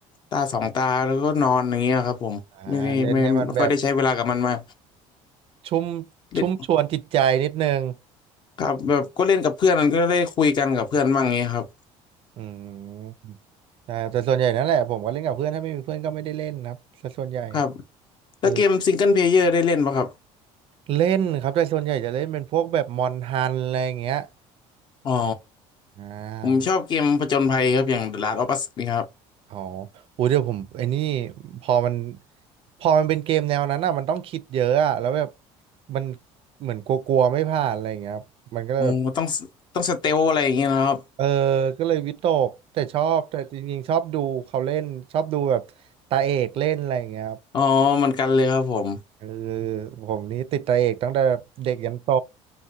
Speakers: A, on the left (about 35°); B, on the right (about 45°).
A: ตาสองตาแล้วก็นอนอย่างเงี้ยครับผมไม่ได้ไม่ไม่ค่อยได้ใช้เวลากับมันมา
B: อ่าเล่นให้มันแบบชุ่ม
A: เล่น
B: ชุ่มชวนจิตใจนิดนึง
A: ครับแบบก็เล่นกับเพื่อนมันก็ได้คุยกันกับเพื่อนบ้างเงี้ยครับ
B: อืมใช่แต่ส่วนใหญ่นั่นแหละผมก็เล่นกับเพื่อนถ้าไม่มีเพื่อนก็ไม่ได้เล่นนะครับสส่วนใหญ่
A: ครับแล้วเกมซิงเกิลเพลเยอร์ได้เล่นปะครับ
B: เออ เล่นครับแต่ส่วนใหญ่จะเล่นเป็นพวกแบบมอนฮันอะไรอย่างเงี้ย
A: อ๋อ
B: อ่า
A: ผมชอบเกมผจญภัยครับอย่าง The Last of Us นี่ครับ
B: อ๋ออู้เดี๋ยวผมไอ้นี่พอมันพอมันเป็นเกมแนวนั้นอ่ะมันต้องคิดเยอะอ่ะแล้วแบบมันเหมือนกลัวๆไม่ผ่านอะไรอย่างเงี้ยครับมันก็เลยแบบ
A: อ๋อต้องต้องสเตลอะไรอย่างเงี้ยนะครับ
B: เออก็เลยวิตกแต่ชอบแต่จริงๆชอบดูเขาเล่นชอบดูแบบตาเอกเล่นอะไรอย่างเงี้ยครับ
A: อ๋อเหมือนกันเลยครับผม
B: เออผมนี่ติดตาเอกตั้งแต่แบบเด็กยันโต